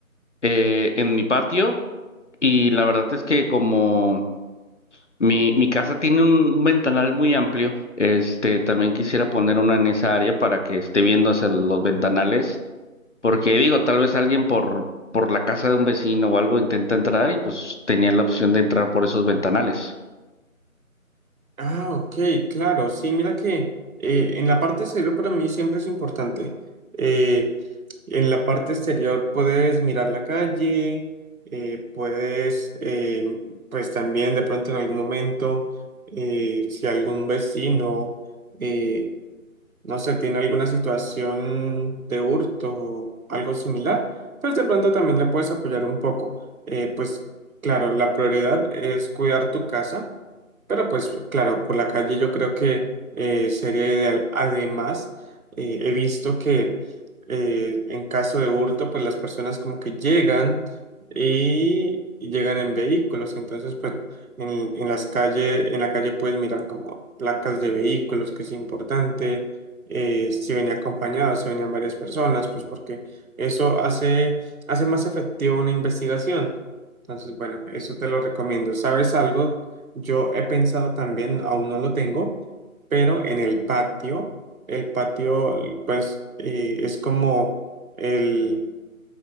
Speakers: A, on the left; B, on the right.
A: eh, en mi patio, y la verdad es que como mi, mi casa tiene un, un ventanal muy amplio, este, también quisiera poner una en esa área para que esté viendo hacia los ventanales porque digo, tal vez alguien por, por la casa de un vecino o algo intenta entrar y pues tenía la opción de entrar por esos ventanales.
B: Ah, ok, claro. Sí, mira que eh, en la parte exterior para mí siempre es importante. Eh, en la parte exterior puedes mirar la calle, eh, puedes, eh, pues también de pronto en algún momento, eh, si algún vecino... eh, no sé, tiene alguna situación de hurto o algo similar, pues de pronto también le puedes apoyar un poco. Eh, pues claro, la prioridad es cuidar tu casa, pero pues claro, por la calle yo creo que eh, sería ideal. Además, eh, he visto que eh, en caso de hurto, pues las personas como que llegan y y llegan en vehículos, entonces pues en, en las calles, en la calle puedes mirar como placas de vehículos, que es importante eh, si venía acompañado, si venían varias personas, pues porque eso hace, hace más efectiva una investigación. Entonces, bueno, eso te lo recomiendo. ¿Sabes algo? Yo he pensado también, aún no lo tengo, pero en el patio, el patio, pues, eh, es como el,